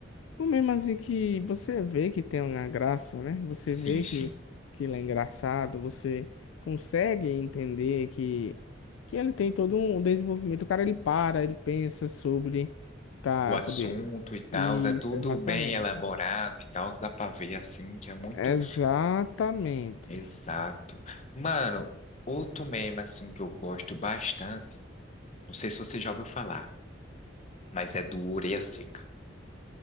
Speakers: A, on the left; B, on the left.
A: o mesmo assim que você vê que tem uma graça, né? Você
B: Sim,
A: vê que,
B: sim.
A: que ele é engraçado, você consegue entender que, que ele tem todo um desenvolvimento. O cara, ele para, ele pensa sobre pra
B: o assunto
A: poder...
B: e tal,
A: Isso,
B: é tudo
A: exatamente.
B: bem elaborado e tal, dá pra ver assim que é muito
A: Exatamente.
B: exato. Mano, outro meme assim que eu gosto bastante, não sei se você já ouviu falar, mas é do Orelha Seca.